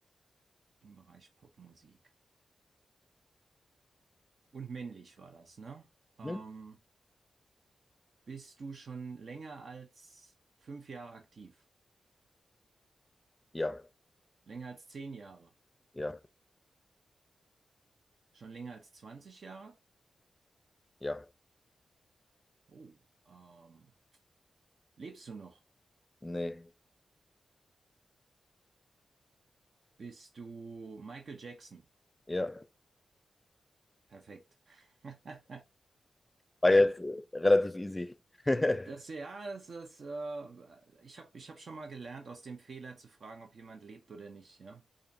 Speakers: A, on the right; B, on the left.
A: Im Bereich Popmusik. Und männlich war das, ne? Ähm,
B: mhm,
A: bist du schon länger als fünf Jahre aktiv?
B: ja,
A: Länger als zehn Jahre?
B: ja,
A: Schon länger als 20 Jahre?
B: ja,
A: Oh, ähm, Lebst du noch?
B: nee,
A: Bist du Michael Jackson?
B: ja.
A: Perfekt. <laughs>
B: War jetzt äh, relativ easy. <laughs>
A: Das, ja, das ist, äh, ich habe ich hab schon mal gelernt, aus dem Fehler zu fragen, ob jemand lebt oder nicht, ja.